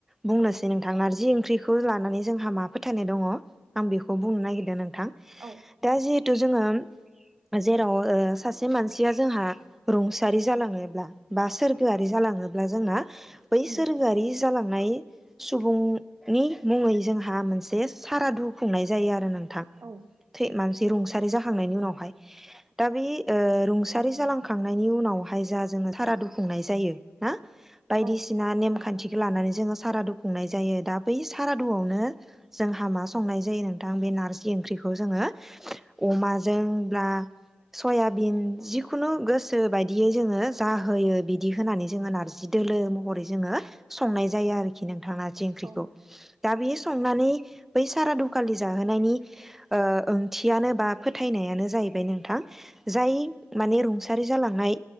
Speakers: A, in the centre; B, on the right (about 45°).
A: बुंनोसै नोंथां नारजि ओंख्रिखौ लानानै जोंहा मा फोथायनाय दङ आं बेखौ बुंनो नागिरदों थां
B: औ
A: दा जि थु जोङो जेराव ओ सासे मानसिया जोंहा रुंसारि जालाङोब्ला बा सोरगोआरि जालाङोब्ला जोंना बैसोर
B: उम
A: गारि जालांनाय सुबुंनि मुङै जोंहा मोनसे सारादु खुंनाय जायो आरो नोंथां
B: औ
A: थै मानसि रुंसारि जाखांनायनि उनावहाय दा बे ओ रुंसारि जालांखांनायनि उनावहाय जा जोङो सारादु खुंनाय जायो ना बायदिसिना
B: औ
A: नेमखान्थि लानानै जोङो सारादु खुंनाय जायो दा बै सारादुआवनो जोंहा मा संनाय जायो नोंथां बे नारजि ओंख्रिखौ खौ जोङो अमाजों ब्ला सयाबिन जिखुनु गोसो बादियै जोङो जाहोयो बिदि होनानै जोङो नारजि दोलो महरै जोङो संनाय जायो आरोखि नोंथां जि ओंख्रिखौ
B: औ
A: दा बेयो
B: औ
A: संनानै बै सारादुखालि जाहोनायनि ओ ओंथियानो बा फोथायनायानो जाहैबाय नोंथां जाय माने रुंसारि जालांनाय